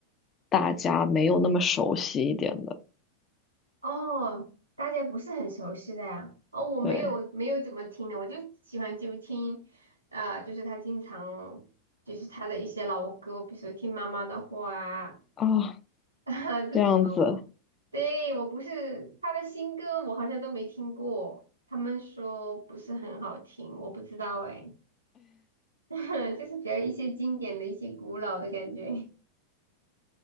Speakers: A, on the left (about 25°); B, on the right (about 80°).
A: 大家没有那么熟悉一点的，
B: 哦，大家不是很熟悉的呀。哦，我没有没有怎么听的，
A: 对
B: 我就喜欢就听，啊，就是他经常就是他的一些老歌，比如说听妈妈的话啊
A: 啊，
B: <laughs> 这种的我。
A: 这样子
B: 对，我不是他的新歌，我好像都没听过。他们说不是很好听，我不知道哎。<laughs> 就是比较一些经典的一些古老的感觉。